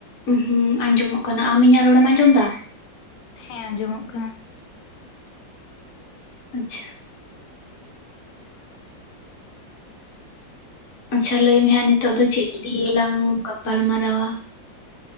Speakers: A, on the left; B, on the left.
A: ᱦᱩᱸ ᱟᱸᱡᱚᱢᱚᱜ ᱠᱟᱱᱟ ᱟᱢ ᱤᱧᱟᱹᱜ ᱨᱚᱲᱮᱢ ᱟᱸᱡᱚᱢ ᱮᱫᱟ
B: ᱦᱮᱸ ᱟᱸᱡᱚᱢᱚᱜ ᱠᱟᱱᱟ᱾
A: ᱟᱪᱪᱷᱟ᱾ ᱟᱪᱪᱷᱟ ᱞᱟᱹᱭ ᱢᱮ ᱦᱟᱸᱜ ᱱᱤᱛᱚᱜ ᱫᱚ ᱪᱮᱫ ᱫᱤᱭᱟ ᱞᱟᱝ ᱜᱟᱯᱟᱞ ᱢᱟᱨᱟᱣᱟ᱾